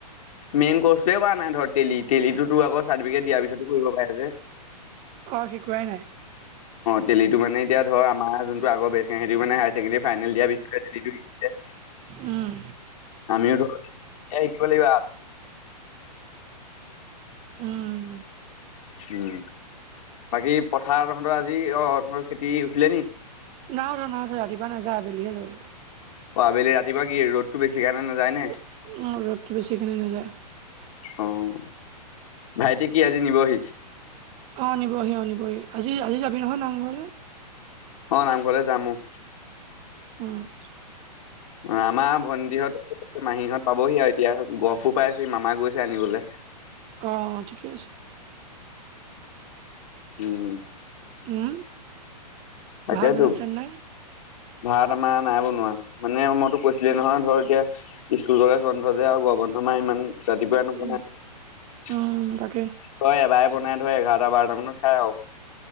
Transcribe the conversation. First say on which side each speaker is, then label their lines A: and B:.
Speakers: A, on the left; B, on the right.
A: মেইন কৰ্চটোৱে কৰা নাই ধৰ তেলি তেলিতো আকৌ চাৰ্টিফিকেট দিয়াৰ পিছতো কৰিব পাৰে যে
B: অহ শিকোৱাই নাই।
A: তেলিটো মানে এতিয়া ধৰ আমাৰ যোনটো আগ বে সেইটো মানে হাই চেকেণ্ডৰী ফাইনেল দিয়াৰ পিছত হে তেলিটো ছি শিকিছে।
B: উম
A: আমিও তো এ শিকিব লাগিব।
B: উম
A: উম বাকী পথাৰ তহঁতৰ আজি অহ ধৰ খেতি উঠিলে নি।
B: নাই উঠা নাই উঠা ৰাতিপুৱা নাযায় আবেলিহে যাব
A: অহ আবেলি ৰাতিপোৱা কি ৰ'দতটো বেছি কাৰণে নাযায় নে
B: উম ৰ'দটো বেছিকাৰণে নাযায়
A: অহ ভাইটি কি আজি নিবহি
B: অহ নিবহি অহ নিবহি আজি আজি যাবি নহয় নামঘৰলৈ
A: মই। নামঘৰলে যাম উম
B: উহ
A: আমাৰ ভণ্টিহত মাহীহঁত পাবহি আৰু এতিয়া গহপুৰ পাইছে হি মামা গৈছে আনিবলে।
B: অ ঠিকে আছে।
A: উম।
B: উম
A: তাকেইটো
B: ভাত বনাইছে নাই
A: ভাত আমাৰ নাই বন- মানে মইতো কৈছিলে নহয় ধৰ এতিয়া স্কুল কলেজ বন্ধ যে আৰু গোৱা বন্ধ মই ইমান ৰাতিপুৱাই
B: উম
A: কোনে তই
B: উম তাকে
A: এবাৰে বনাই তই এঘাৰটা বাৰটা মানত খায় আৰু